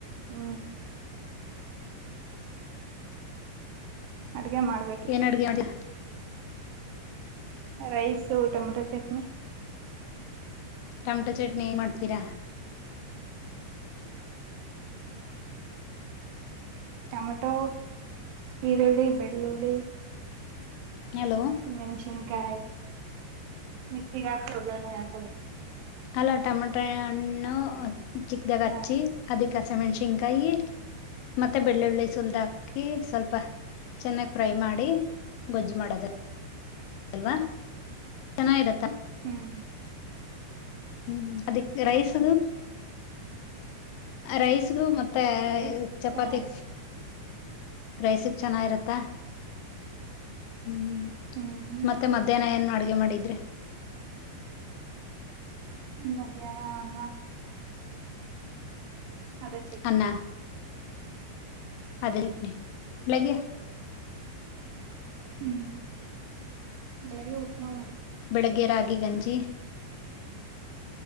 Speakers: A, on the right; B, on the left.
A: ಹ್ಮ್. ಅಡುಗೆ ಮಾಡ್ಬೇಕ ಈಗ
B: ಏನ್ ಅಡ್ಗೆ ಮಾಡ
A: rice tomato chutney
B: tomato chutney
A: ಹ್ಮ್
B: ಮಾಡ್ತೀರಾ
A: ಟೊಮಟೊ ಈರುಳ್ಳಿ ಬೆಳ್ಳುಳ್ಳಿ
B: ಹಲೋ
A: ಮೆಂಷನ್ ಗಾಯ ಮಿಸ ಗಾಕ ವ ಆ
B: ಅಲ ಟಮಟೊ ಹಣ್ಣು ಚಿಕ್ದಾಗಿ
A: ಹಾ
B: ಅದಿಕ ಸಮೆಣಸಿನ್ಕಾಯಿ ಮತ್ತೆ ಬೆಳ್ಳುಳ್ಳಿ ಸುಲ್ದ ಹಾಕಿ ಸ್ವಲ್ಪ ಚೆನ್ನಾಗ್ ಫ್ರೈ ಮಾಡಿ ಗೊಜ್ಜ್ ಮಾಡದ ಅಲ್ವಾ ಚೆನ್ನಾಗಿರತ್ತ
A: ಹ್ಮ್.
B: ಹ್ಮ್ ಅದ ರೈಸ್ ರೈಸ್ಗು ಮೆ. ಮತ್ತೆ
A: ರೈಸ್
B: ಚಪಾತಿ
A: ಚೆನ್ನಾಗಿತ್ತು
B: ರೈಸಕ್ ಚೆನ್ನಾಗಿರತ್ತ ಹ್ಮ್
A: ಹ್ಮ್
B: ಮತ್ತೆ ಮಧ್ಯಾಹ್ನ ಏನು ಅಡ್ಗೆ ಮಾಡಿ ಅ್ರ
A: ಹ್ಮ ಮಧ್ಯಾಹ್ನ ಅಮ್ಮ ಅದ ಚಕ್ಕೇ
B: ಅನ್ನ ಅದೇಟನೆ ಅಲ್ಲಗೆ
A: ಹ್ಮ್ ಅಳಗೆ ಉಪ್ಪಮ ಮಾಡ.
B: ಬೆಳಗ್ಗೆ ರಾಗಿ ಗಂಜಿ